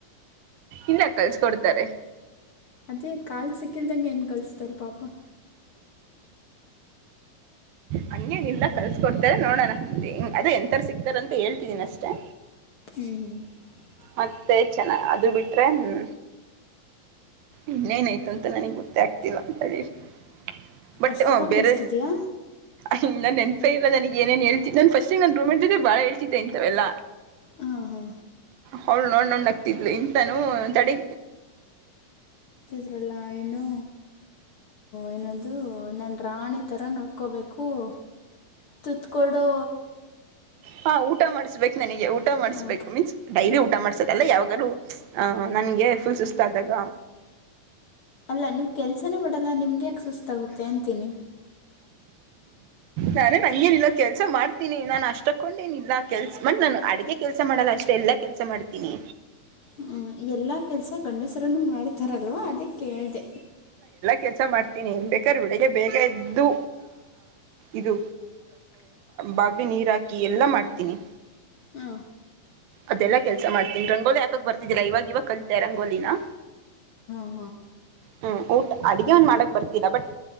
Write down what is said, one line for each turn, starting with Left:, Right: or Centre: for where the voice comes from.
Right: ಇಿಂದ ಕಲ್ಸಕೊಡ್ತಾರೆ
Left: ಅದೇ ಕಾಲ್ ಸಿಕ್ಕಲ್ದಂಗೆ ಏನ್ ಕಲ್ಸ್ತಾರ ಪಾಪ
Right: ಹಂಗೇನಿಲ್ಲ ಕಲ್ಸಕೊಡ್ತಾರೆ ನೋಡೋಣ ಮುಂದೆ ಅದೇ ಎಂಂತರ ಸಿಗ್ತಾರ ಅಂತ ಹೇಳ್ತಿದೀನಿ ಅಷ್ಟೇ
Left: ಹ್ಮ್ ಹ್ಮ್ <unintelligible>
Right: ಮತ್ತೆ ಚೆನ್ನ ಅದು ಬಿಟ್ರೆ ಹ್ಮ್ ಇನ್ನೇನಾಯ್ತು ಅಂತ ನನಗ್ ಗೊತ್ತೇ ಆಗ್ತಿಲ್ಲ ಅಂತ ಹೇಳಿಿ <unintelligible> ಬಟ್
Left: ಅಷ್ಟಕ್ಕೊಂದು
Right: ಹ ಬೇರೆ
Left: ಲಿಸ್ಟ್ ಇದೆಯಾ
Right: ಹ ನೆನಪೇ ಇಲ್ಲ ನನಗ ಏನೇನ್ೇಳ್ತಿದ್ದ ನ ಸ್ಟ ನನ್ ರೂಮ್ ಜೊತೆ ಬಾಳ ಹೇತಿದ್ದೆ ಇಂತಂತೆವೆಲ್ಲ
Left: ಹಾ ಹಾ
Right: ಹೌಳ ನೋಡ್ ನೋೊಂಡ ಆಗ್ತಿದ್ಲು ಇಂತಾನು ತಡೆ
Left: ಅ್ರಲ್ಲ ಏನು ಏನದು ನನ್ನ ರಾಣಿ ತರ ನೋಡ್ಕೋಬೇಕು <unintelligible> ಹೂ ತತ್ಕಡುೋ
Right: ಹಾ ಊಟ ಮಾಡ್ಬೇಕು ನನಗೆ ಊಟ ಮಾಡ್ಬೇಕು
Left: ಹ್ಞೂ
Right: ಮೀನ್ಸ್ ಡೈರಿ ಊಟ ಊಟ ಮಾಡ್ಸಕಲ್ಲ ಯಾವಾಗೂ ಆಹ ನನ್ಗೆ ಫುಲ್ ಸುಸ್ತ ಆದಾಗ
Left: ಅಲ್ಲ ನೀವು ಕೆಲ್ಸನೇ ಮಾಡಲ್ಲ ನಿಮ್ಗೆ ಯಾಕೆ ಸುಸ್ತಾಗುತ್ತೆ ಅಂತೀನಿ
Right: ನಾನು ನಂಗೇನಿಲ್ಲ ಕೆಲ್ಸ ಮಾಡ್ತೀನಿ ನಾನು ಅಷ್ಟಕ್ಕೊಂಡ ಏನಿಲ್ಲ ಕೆಲ್ ಮ ನಾನು ಅಡ್ಗೆ ಕೆಲ್ಸ ಮಾಡಲ್ಲ ಅಷ್ಟ ಎಲ್ಲ ಕೆಲಸ ಮಾಡ್ತೀನಿ
Left: ಹ್ಮ್, ಎಲ್ಲ ಕೆಲಸ ಗಂಡಸರನ್ನು ಮಾಡ್ತಾರಲ್ವ ಅದೇ ಕೇಳಿದೆ
Right: ಕೆಲಸ ಮಾಡ್ತೀನಿ ಬೇಕಾದ್ರೆ ಬೆಳಗ್ಗೆ ಬೇಗ ಎದ್ದು ಇದು ಬಾಗಲಿ ನೀರ್ ಹಾಕಿ ಎಲ್ಲಾ ಮಾಡ್ತೀನಿ
Left: ಹ
Right: ಅದೆಲ್ಲಾ ಕೆಲ್ಸ ಮಾಡ್ತೀನಿ ರಂಗೋಲಿ ಯಾಕಕ್ ಬರ್ತಿದ್ದಿಲ್ಲಾ ಇವಾಗ ಇವಾಗ ಕಲಿತಾ ರಂಗೋಲಿನ
Left: ಹಾ
Right: ಹ್ಮ್ ಊಟ್ ಅಡಗೆ ಒಂದ್ ಮಾಡಕ್ ಬರ್ತಿಲ್ಲ ಬಟ್